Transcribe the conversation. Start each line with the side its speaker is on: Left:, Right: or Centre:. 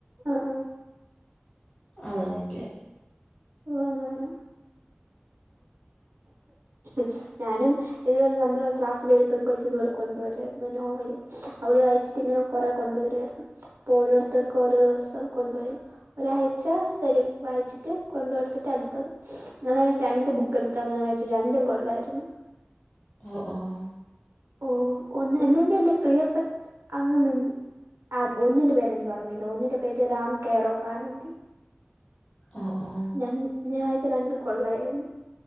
Right: ആഹ് ആഹ്
Left: അത് വായിക്കേ
Right: ഓ അങ്ങനെ പിച് ഞാനും ഇതുപോലെ നമ്മള് ക്ലാസ്സിലെ ഒരു പെൺകൊച്ച് ഇതുപോലെ കൊണ്ടു വരായിരുന്നു നോവൽ അവ വായിച്ചിട്ടിങ്ങനെ കൊറെ കൊണ്ടുവരുവായിരുന്നു അപ്പൊ ഓരോരുത്തർക്കും ഓരോ ദിവസം കൊണ്ടുവരും ഒരാഴ്ച തരും വായിച്ചിട്ട് കൊണ്ട്ടുത്തിട്ട് അടുത്തത് ങ്ങനെ രണ്ട് ബുക്ക് എടുത്ത് അങ്ങനെ വായിച്ചു രണ്ടും കൊള്ളായിരുന്നു.
Left: ഓഹ് ഓഹ്
Right: ഓഹ് ഒന്ന് <unintelligible> പ്രിയപ്പെട്ട് അങ്ങനന്ന് ആഹ് ഒന്നിന്റെ പേര് എനിക്ക് ഓർമ്മയില്ല ഒന്നിന്റെ പേര് രാം കെറോഫ ആനന്ദി
Left: ഓ ഓ
Right: ഞാൻ ഞാൻ അയച്ചു രണ്ടും കൊള്ളായിരുന്നു.